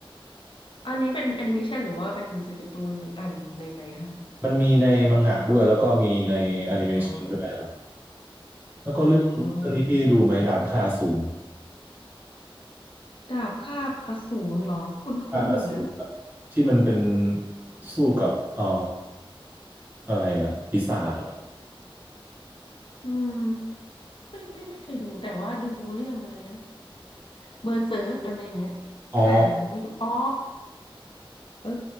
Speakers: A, on the left; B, on the right.
A: อันนี้เป็นแอนิเมชันหรือว่าเป็นหนังสือการ์ตูนหรืออ่านในไหนๆคะ
B: มันมีในมังงะด้วยแล้วก็มีในแอนิเมชันด้วยครับ
A: อ๋อ
B: แล้วก็เรื่องเรื่องนี้พี่ดูไหมดาบพิฆาตอสูร
A: อ๋อ ดาบคาบอสูรเหรอ คุ้นๆอยู่นะ
B: ดาบพิฆาตอสูรแบบที่มันเป็นสู้กับเอ่ออะไรอะปีศาจอะ
A: อืม ไม่ไม่ไม่เคยดูแต่ว่าดูเรื่องอะไรนะเบอร์เซิร์กอะไรอย่างเงี้ย
B: อ๋อ
A: แต่ไม่ดู อ๋อเออ